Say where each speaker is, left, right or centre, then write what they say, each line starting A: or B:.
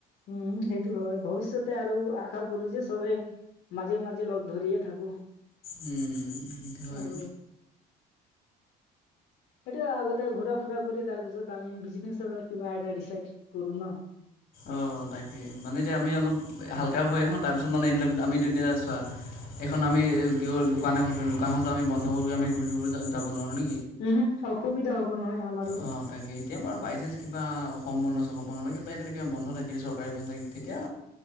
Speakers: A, on the left (about 80°); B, on the left (about 60°).
A: উম সেইটো হয় ভৱিষ্যতে আৰু আশা কৰো যে চবে মাজে মাজে লগ ধৰিয়ে থাকো
B: উম হয়
A: আৰু সেইটো আগতে ঘূৰা ফুৰা কৰি তাৰ পিছত আমি বিজনেচৰ কিবা এটা ডিচাইড কৰো ন
B: অ তাকে মানে এতিয়া আমি অলপ হালকা হৈ আহো তাৰপিছত মানে এইবিলাক আমি তেতিয়া চোৱা এইখন আমি কি কৰি দোকান এখন খুলিম দোকানখনতো আমি বন্ধ কৰি আমি ঘূৰি ফৰিব যাব নোৱাৰো নি
A: উমহু অসুবিধা হ'ব নহয় আমাৰো
B: অঁ তাকে এতিয়া বাৰু বাইচাঞ্চ কিবা সম্বন্ধ চক বন কিন্তু এইবিলাক বন্ধ থাকিলে চৰকাৰী বন্ধ থাকিলে তেতিয়া